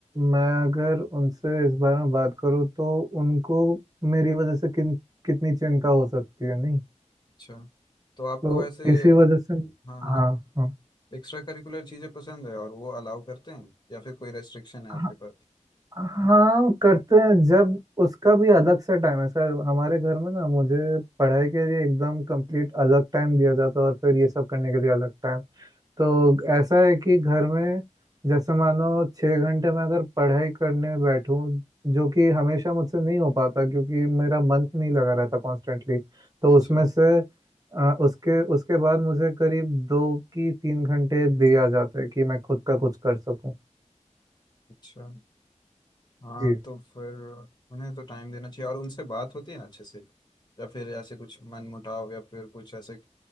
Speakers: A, on the right; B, on the left.
A: मैं अगर उनसे इस बारे में बात करूँ तो उनको मेरी वजह से किन कितनी चिंता हो सकती है नहीं
B: अच्छा तो आपको
A: तो
B: वैसे
A: इसी
B: अ,
A: वजह से
B: हाँ हाँ
A: हाँ हाँ
B: एक्स्ट्रा करिकुलर चीजें पसंद है और वो अलाउ करते हैं या फिर कोई रेस्ट्रिक्शन है आपके
A: हाँ
B: पास
A: हाँ, करते हैं जब उसका भी अलग से टाइम है सर हमारे घर में ना मुझे पढ़ाई के लिए एकदम कंप्लीट अलग टाइम दिया जाता है और फिर ये सब करने के लिए अलग टाइम तो ऐसा है कि घर में जैसे मानो छः घंटे में अगर पढ़ाई करने बैठूं जो कि हमेशा मुझसे नहीं हो पाता क्योंकि मेरा मन नहीं लगा रहता कॉन्स्टेंटली तो उसमें
B: अच्छा
A: से अ, उसके उसके बाद मुझे करीब दो की तीन घंटे दे आ जाते हैं कि मैं खुद का कुछ कर सकूं
B: अच्छा हाँ
A: जी
B: तो फिर उन्हें तो टाइम देना चाहिए और उनसे बात होती है ना अच्छे से या फिर ऐसे कुछ मन मुटाव या फिर कुछ ऐसे